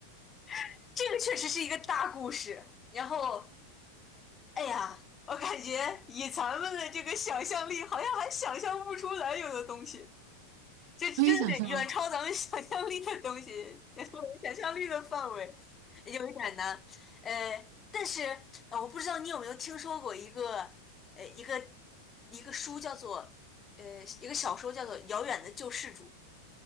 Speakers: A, on the left; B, on the right.
A: <laughs> 这个确实是一个大故事。然后，哎呀，我感觉以咱们的这个想象力，好像还想象不出来有的东西。这真的是远超咱们想象力的东西，
B: 可以想象吗？
A: 远超我们想象力的范围，有一点难。呃，但是呃，我不知道你有没有听说过一个呃一个一个书叫做呃一个小说叫做《遥远的救世主》。